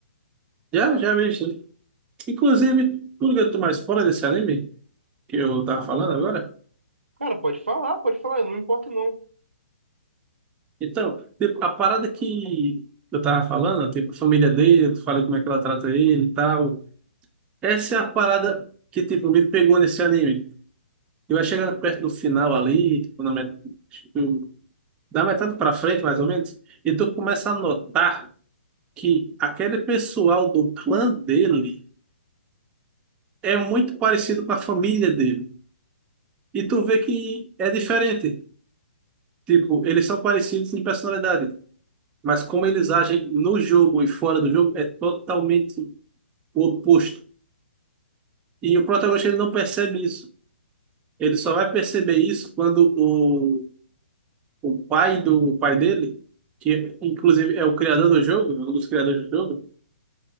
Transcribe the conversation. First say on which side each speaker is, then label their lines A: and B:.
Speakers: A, on the right; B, on the right.
A: Já, já vi isso. Inclusive, tu liga tu mais fora desse anime que eu tava falando agora?
B: Cara, pode falar, pode falar, eu não me importo não.
A: Então, tipo, a parada que eu tava falando, tipo, a família dele, tu fala como é que ela trata ele e tal. Essa é a parada que, tipo, me pegou nesse anime. Eu ia chegando perto do final ali, tipo, na met... tipo, da metade pra frente, mais ou menos, e tu começa a notar que aquele pessoal do clã dele é muito parecido com a família dele. E tu vê que é diferente. Tipo, eles são parecidos em personalidade, mas como eles agem no jogo e fora do jogo é totalmente o oposto. E o protagonista ele não percebe isso. Ele só vai perceber isso quando o o pai do o pai dele, que inclusive é o criador do jogo, um dos criadores do jogo,